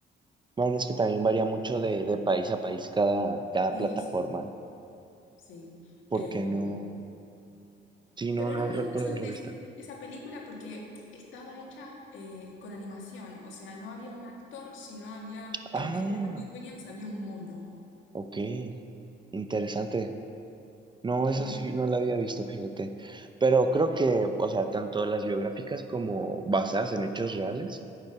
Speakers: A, on the right; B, on the left.
A: Bueno, es que también varía mucho de, de país a país cada, cada
B: Sí,
A: plataforma.
B: sí, sí.
A: Porque
B: Em,
A: no? Sí, no,
B: Pero
A: no
B: era muy
A: recuerdo
B: interesante
A: haberla visto.
B: es- esa película porque estaba hecha eh, con animación, o sea, no había un actor, sino había,
A: Ah,
B: en vez de Robbie Williams, había un mono.
A: ok. Interesante. No, esa
B: Muy
A: sí
B: raro.
A: no la había visto, fíjate. Pero creo que, o sea, tanto las biográficas como basadas en hechos reales,